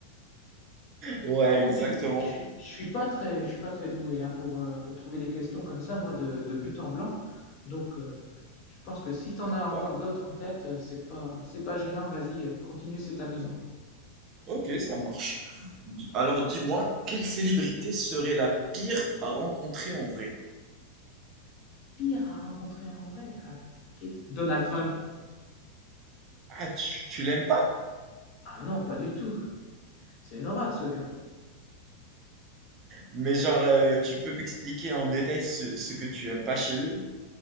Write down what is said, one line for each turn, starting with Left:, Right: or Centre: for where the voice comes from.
Right: Ouais,
Left: Par contre,
Right: exactement.
Left: je, suis- je, suis- je suis pas très, je suis pas très doué hein, pour, euh, pour trouver des questions comme ça, moi, de, de but en blanc. Donc, euh, je pense que si t'en as
Right: Ouais,
Left: encore d'autres en tête, euh, c'est pas, c'est pas gênant. Vas-y, euh, continue, c'est amusant.
Right: ok, ça marche. Di- Alors dis-moi, quelle célébrité serait la pire à rencontrer en vrai?
Left: Pire à rencontrer en vrai. ah, qu'est-ce- Donald Trump.
Right: Ah, tu, tu l'aimes pas?
Left: Ah non, pas du tout. C'est une horreur, ce gars.
Right: Mais genre, euh, tu peux m'expliquer en détail ce, ce que tu aimes pas chez lui?